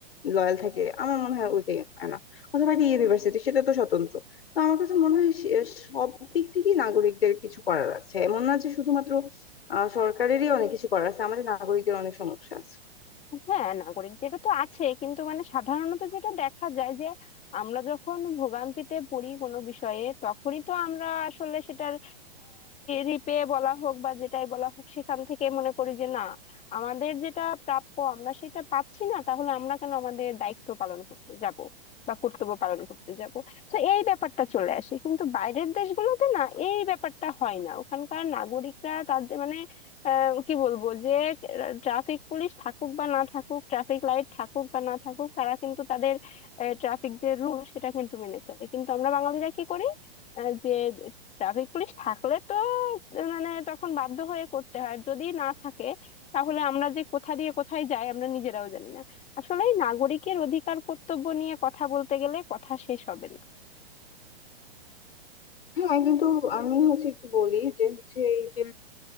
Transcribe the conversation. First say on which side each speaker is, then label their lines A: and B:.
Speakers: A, on the left; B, on the left.
A: লয়াল থাকে আমার মনে হয় ওইটাই এনাফ অথবা একটা ইউনিভার্সিটি সেটা তো স্বতন্ত্র তো আমার কাছে মনে হয় সে- সব দিক থেকেই নাগরিকদের কিছু করার আছে এমন না যে শুধুমাত্র আহ সরকারেরই অনেক কিছু করার আছে আমাদের নাগরিকদের অনেক সমস্যা আছে
B: হ্যাঁ নাগরিকদের তো আছে কিন্তু মানে সাধারণত যেটা দেখা যায় যে আমরা যখন ভোগান্তিতে পড়ি কোনো বিষয়ে তখনই তো আমরা আসলে সেটার রিপে বলা হোক বা যেটাই বলা হোক সেখান থেকে মনে করি যে না আমাদের যেটা প্রাপ্য আমরা সেটা পাচ্ছি না তাহলে আমরা কেন আমাদের দায়িত্ব পালন করতে যাব বা কর্তব্য পালন করতে যাব তো এই ব্যাপারটা চলে আসে কিন্তু বাইরের দেশগুলোতে না এই ব্যাপারটা হয় না ওখানকার নাগরিকরা তাদের মানে আহ, কি বলবো যে ট্রাফিক পুলিশ থাকুক বা না থাকুক ট্রাফিক লাইট থাকুক বা না থাকুক তারা কিন্তু তাদের ট্রাফিক যে রুল সেটা কিন্তু মেনে চলে কিন্তু আমরা বাঙালিরা কি করি আহ, যে ট্রাফিক পুলিশ থাকলে তো আহ, মানে তখন বাধ্য হয়ে করতে হয় আর যদি না থাকে তাহলে আমরা যে কোথা দিয়ে কোথায় যাই আমরা নিজেরাও জানি না আসলে এই নাগরিকের অধিকার কর্তব্য নিয়ে কথা বলতে গেলে কথা শেষ হবে না
A: হ্যাঁ কিন্তু আমি হচ্ছে একটু বলি যে হচ্ছে এই যে